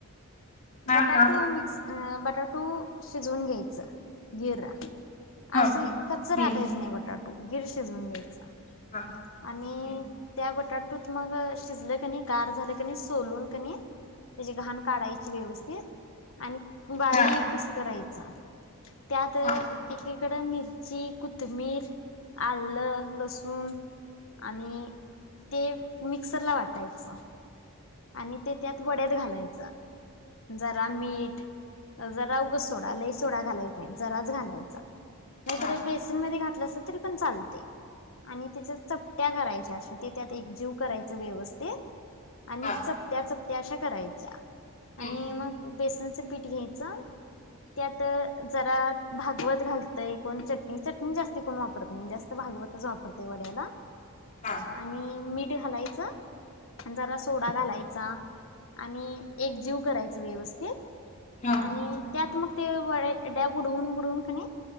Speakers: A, on the left; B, on the left.
A: हा
B: बटाटो
A: हा
B: मिक्स अ बटाटू शिजवून घ्यायचं गिर
A: ह
B: असे कच्च
A: हम्म
B: राकायचं नाही बटाटा गीर शिजवून घ्यायचा
A: हा
B: आणि
A: हम्म
B: त्या बटाटा ते मग शिजलं कणी गार झालं कणी ते सोलून घ्यायच काढायची व्यवस्थित आणि बारीक
A: हा
B: कुस करायचा त्यात एकीकड
A: हा
B: मिरची कु कोथमीर आलं लसूण आणि आणि ते मिक्सर ला वाटायचं आणि ते त्यात वड्यात घालायचा जरा मीठ जरा उगं सोडा लई सोडा घालायचा नाही जराच घालायचा नाही
A: हा
B: तरर बेसनमध्ये घा तरी पण चालते आणि त्याच्या चप चपट्या करायच्या. असे ते त्यात एकजीव करायच. वेवस्ती ते? आणि
A: हा
B: चपट्या चपट्या ते अशा करायच्या. आनी..
A: हम्म
B: मग बेस चनच पीठ घ्यायचं. त्यात जरा, भागवत घालतंय, कोन चटनी, चटनी जास्त कोन वापरत नाय. जास्त भागवतच वापरतय वड्याला.
A: हा
B: आनी. मीठ. ते हलायचं आनी जरासं सोडा घालायचा. आणि एक जीव कराय चं व्यवस्थित.
A: हा
B: आणि. त्यात मग. तीळ वं ड्या बुडवून, बुडवून किनाय